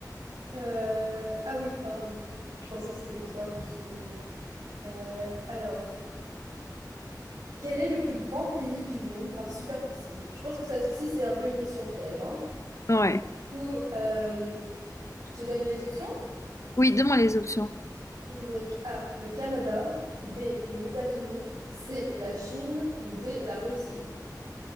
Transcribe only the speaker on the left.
Ouais.
Oui, donne-moi les options.